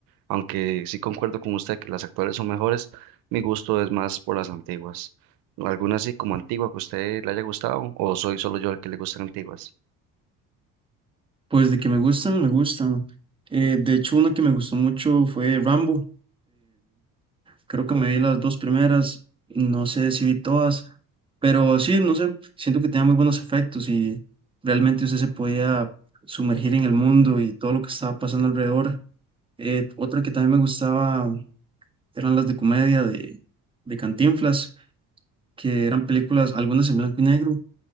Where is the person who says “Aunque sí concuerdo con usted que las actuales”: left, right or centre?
Right